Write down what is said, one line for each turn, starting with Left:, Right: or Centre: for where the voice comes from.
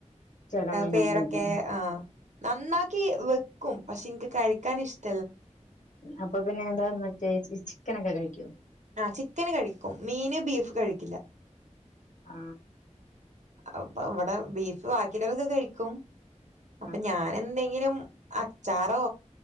Left: ചെല മീൻ
Right: പേരൊക്കെ
Left: അങ്ങനെയല്ലേ
Right: ആ നന്നാക്കി വെക്കും പക്ഷെ എനിക്ക് കഴിക്കാൻ ഇഷ്ടം
Left: അപ്പൊ പിന്നെ എന്താ മറ്റേ ചിക്കനൊ ക്കെ കഴിക്കോ
Right: ആ ചിക്കന് കഴിക്കും മീന് ബീഫ് കഴിക്കില്ല
Left: ആ
Right: അപ്പൊ ഇവിടെ ബീഫ് ബാക്കിയുള്ളൊക്കെ കഴിക്കും അപ്പൊ
Left: ആ
Right: ഞാൻ എന്തെങ്കിലും അച്ചാറോ